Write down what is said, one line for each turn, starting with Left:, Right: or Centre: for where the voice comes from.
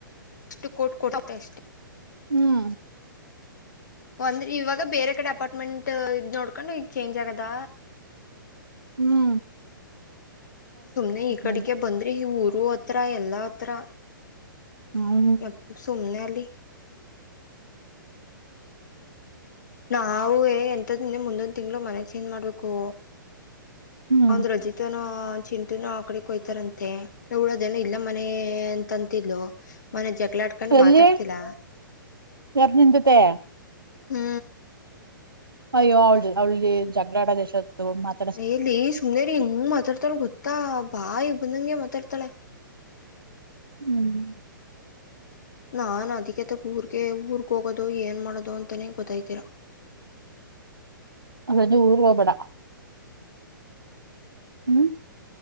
Left: ಷ್ಟು ಕೋಟ್ ಕೊಡತ ಅಷ್
Right: ಹ್ಮ.
Left: ಒಂದ ಇವಾಗ ಬೇರೆ ಕಡೆ ಅಪಾರ್ಟ್ಮೆಂಟ್ ಇದ ನೋಡ್ಕೊಂಡು ಈಗ ಚೇಂಜ್ ಆಗದ.
Right: ಹ್ಮ.
Left: ಸುಮ್ನೆ ಈ ಕಡೆಕೆ
Right: ಬಂದೆ
Left: ಬಂದ್ರ ಇ ಊರು ಹತ್ರ ಎಲ್ಲಾ ಹತ್ರ.
Right: ಹ್ಮ.
Left: ಯ ಸುಮನೆ ಅಲ್ಲಿ ನಾವುವೆ ಎಂತ್ದಿಂದ ಮುಂದೊಂದ ತಿಂಗಳು ಮನೆ ಚೇಜ್ ಮಾಡ್ಬೇಕು.
Right: ಹ್ಮ್
Left: ಅವಂದ ರಜಿತನ ಚಿಂಟುನು ಆ ಕಡೆ ಹಯ್ತಾರಂತೆ ಇವಳ ಅದೇನೋ ಇಲ್ಲೇ ಮನೆ ಅಂತಂತಿದ್ಲು. ಮನೆ ಜಗಳಲಾಡ್ಕಂಡ
Right: ಎಲ್ಲಿ
Left: ಮಾತಾಡತಿಲ್ಲ.
Right: ಯಾರ್ ನಿನ್ ಜೊತೆ
Left: ಹ್ಮ.
Right: ಅಯ್ಯೋ ಅವಳ ಅವಳಿ ಜಗಳಾಡ ದೇಶತ್ತು ಮತ್ತ
Left: ನೆಲಿ ಸುಮನೆರಿ ಇನ್ ಮಾತಾಡ್ತಾಳ ಗೊತ್ತಾ ಬಾಯ ಬಂದಂಗೆ ಮಾತಾಡ್ತಾಳೆ.
Right: ಹ್ಮ.
Left: ನಾನ ಅದಕ್ಕೆತೆ ಊರ್ಗೆ ಊರ್ಗ್ ಹೋಗೋದು ಏನ್ ಮಾಡೋದು ಅಂತಾನೇ ಗೊತ್ತಯತಿಲ್ಲ.
Right: ಹಾಗಾರೆ ಊರ ಹೋಗಬೇಡ. ಹ್ಮ್